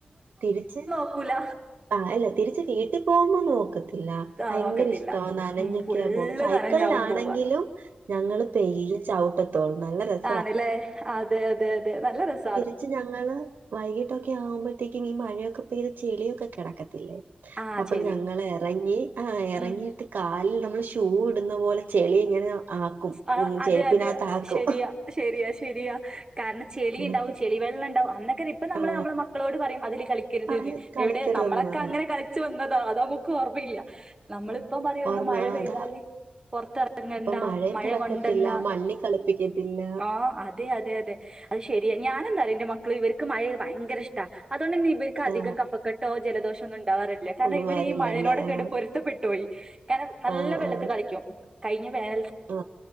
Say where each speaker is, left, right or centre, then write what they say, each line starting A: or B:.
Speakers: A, on the right; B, on the right.
A: തിരിച്ച്
B: പോകൂല...
A: ആഹ് അല്ല തിരിച്ച് വീട്ടിൽ പോകുമ്പോ നോക്കത്തില്ല.
B: ആ
A: ഭയങ്കര
B: നോക്കത്തില്ല
A: ഇഷ്ടവാ നനഞ്ഞ്‌
B: ഉം
A: ഇക്ക
B: ഫുള്ള്
A: പോണു സൈക്കിളിലാണെങ്കിലും
B: നനഞ്ഞാവും പോവാ
A: ഞങ്ങള് പേയ്യെ ചവിട്ടത്തോള്ളൂ നല്ല രസം
B: ആണ്ല്ലേ? അതെ അതെ അതെ നല്ല രസ
A: പക്ഷേ ഞങ്ങള് വൈകീട്ടൊക്കെ ആവുമ്പോഴത്തേക്കും ഈ മഴയൊക്കെ പെയ്ത ചെളിയൊക്കെ കെടക്കത്തില്ലേ
B: ആ
A: അപ്പൊ
B: ചെളി
A: ഞങ്ങളെറങ്ങി, ആഹ് എറങ്ങീട്ട്
B: ഉം
A: കാലിൽ നമ്മൾ ഷൂ ഇടുന്ന പോലെ ചെളി ഇങ്ങനെ ആക്കും.
B: ആ
A: ഉം
B: അതെ
A: ചെരുപ്പിനാത്താക്കും.
B: അതെ ശരിയാ ശരിയാ ശരിയാ. കാരണം ചെളി
A: എന്നിട്ട്
B: ഇണ്ടാവും ചെളി വെള്ളണ്ടാവും. അന്നൊക്കെ ഇപ്പൊ നമ്മള്
A: ആ
B: നമ്മളെ മക്കളോട് പറയും അതില് കളിക്കര്ത്
A: പറയാൻ
B: ന്ന്.
A: കളിക്കരുതെന്ന്
B: എവിടെ, നമ്മളൊക്കെ
A: പറഞ്ഞു
B: അങ്ങനെ കളിച്ചു വന്നതാ. അതമ്മക്ക് ഓർമ്മയില്ല. നമ്മളിപ്പം പറയും ഒന്ന്
A: ഓർമ്മ
B: മഴ
A: ആ,
B: പെയ്താല്,
A: അതാ
B: പൊറത്തെറങ്ങണ്ടാ
A: ഇപ്പൊ മഴയത്ത്
B: മഴ
A: ഇറക്കത്തില്ല
B: കൊണ്ടണ്ടാ
A: മണ്ണി കളപ്പിക്കത്തില്ല
B: ആഹ് അതെ അതെ അതെ അത് ശരി ഞാനന്തായാറിയോ എന്റെ മക്കൾ ഇവർക്ക് മഴത് ഭയങ്കരഷ്ട അതുകൊണ്ടന്നെ ഇവർക്ക് അതികം
A: ആ
B: കഫകേട്ട് ട്ടോ ജലദോഷൊന്നും ഇണ്ടാവാറില്ല. കാരണം,
A: ഒന്നും
B: ഇവരീ
A: വരില്ലല്ലേ
B: മഴേനോടൊക്കെയായിട്ട്
A: ആ
B: പൊരുത് ഇഷ്ട്ടപ്പെട്ടോയി കാരണം നല്ല
A: ആ
B: വെള്ളത്തി
A: ആ
B: കളിക്കും കഴിഞ്ഞ വേനൽ
A: ആ